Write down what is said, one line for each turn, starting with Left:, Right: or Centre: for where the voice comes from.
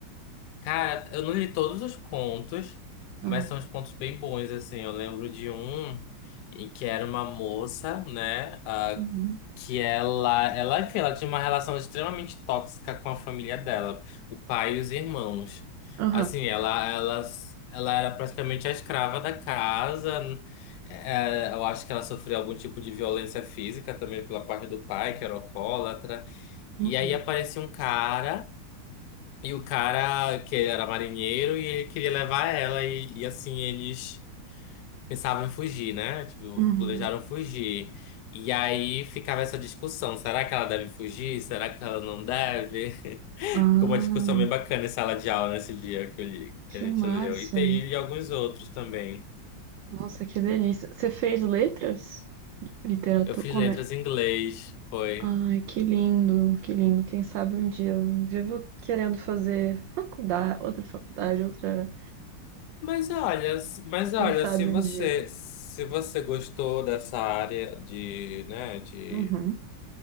Left: Cara, eu não li todos os contos, mas
Right: Aham.
Left: são uns contos bem bons, assim. Eu lembro de um em que era uma moça, né? ah,
Right: Uhum.
Left: que ela, ela, enfim, ela tinha uma relação extremamente tóxica com a família dela, o pai e os irmãos.
Right: Aham.
Left: Assim, ela, ela, ela era praticamente a escrava da casa. eh, eu acho que ela sofreu algum tipo de violência física também pela parte do pai, que era alcoólatra.
Right: Uhum.
Left: E aí aparecia um cara. E o cara que era marinheiro e ele queria levar ela e, e assim eles pensavam em fugir, né? Tipo,
Right: Uhum.
Left: planejaram fugir. E aí ficava essa discussão, será que ela deve fugir? Será que ela não deve? <laughs>
Right: Ah,
Left: Ficou uma discussão bem bacana em sala de aula nesse dia que, eu li-
Right: que
Left: que a gente
Right: massa.
Left: leu. E tem e alguns outros também.
Right: Nossa, que delícia. Você fez letras? Literatura?
Left: Eu fiz
Right: Como
Left: letras
Right: é?
Left: em inglês, foi.
Right: Ai, que lindo, que lindo. Quem sabe um dia. Eu vivo querendo fazer faculdade, outra faculdade, outra.
Left: Mas olha, se- mas
Right: Quem
Left: olha,
Right: sabe
Left: se você
Right: um dia.
Left: se você gostou dessa área de, né, de
Right: Uhum.